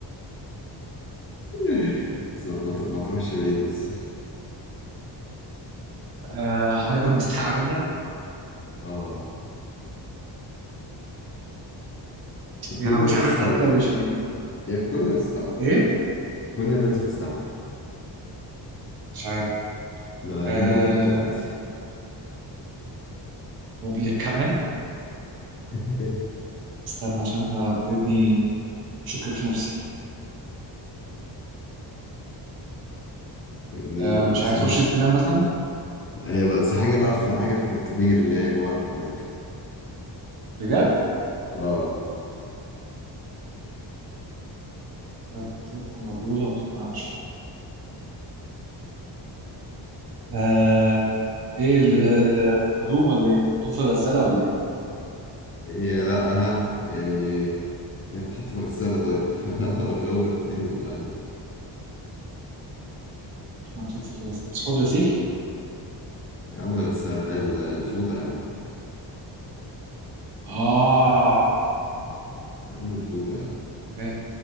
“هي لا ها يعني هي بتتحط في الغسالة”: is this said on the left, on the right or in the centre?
Left